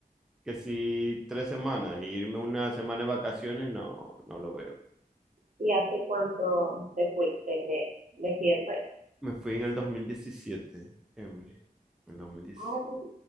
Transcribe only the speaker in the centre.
que si tres semanas, e irme una semana de vacaciones, no, no lo veo.
Me fui en el dos mil diecisiete Emily, en el dos mil diecisiete